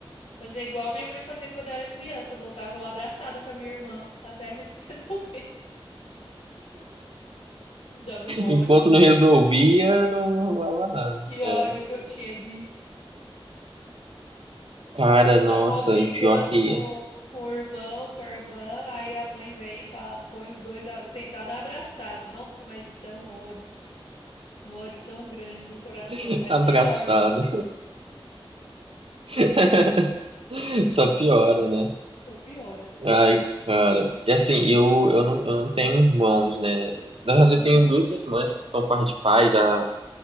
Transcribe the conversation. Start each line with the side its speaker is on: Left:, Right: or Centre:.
Left: Fazer igual minha mãe fazia quando eu era criança, botava eu abraçada com a minha irmã até a gente se <laughs> resolver. Me dava um ódio.
Right: Enquanto não
Left: Nossa,
Right: resolvia, não rolava nada.
Left: que ódio
Right: É.
Left: que eu tinha disso.
Right: Cara,
Left: Você
Right: nossa,
Left: tá mó brigando
Right: e pior que
Left: com, com o irmão, com a irmã, aí a mãe vem, e fala, põe os dois a- sentados abraçados. Nossa, mas dá um ódio, um ódio tão grande no coração.
Right: <laughs>
Left: É
Right: abraçada.
Left: pior, eu acho.
Right: <laughs> Só piora, né?
Left: Só piora.
Right: Ai, cara. E assim, eu, eu, não, eu não tenho irmãos, né? Na verdade,
Left: Aham.
Right: eu tenho duas irmãs, só que são par de pai, já